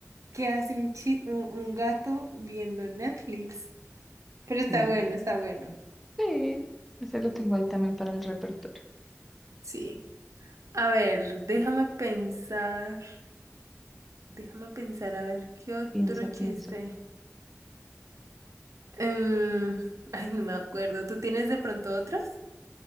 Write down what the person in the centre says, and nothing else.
Sí.
Sí, ese lo tengo ahí también para el repertorio.
Piensa,
piensa.